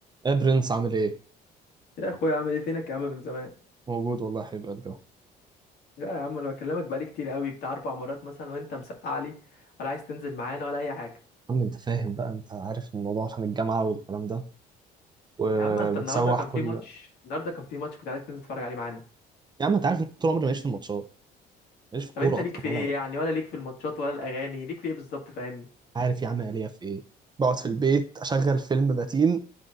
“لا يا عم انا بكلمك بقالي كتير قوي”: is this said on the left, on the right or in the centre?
Left